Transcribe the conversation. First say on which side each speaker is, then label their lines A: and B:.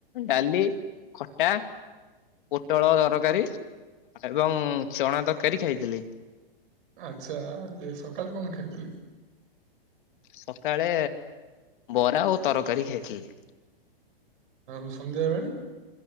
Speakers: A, on the left; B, on the right.
A: ଡାଲି ଖଟା ପୋଟଳ ତରକାରୀ ଏବଂ ଚଣା ତରକାରୀ ଖାଇଥିଲି।
B: ଆଚ୍ଛା ସକାଳେ କଣ ଖାଇଥିଲେ?
A: ସକାଳେ ବରା ଓ ତରକାରୀ ଖାଇଥିଲି।
B: ଆଉ ସନ୍ଧ୍ୟାବେଳେ?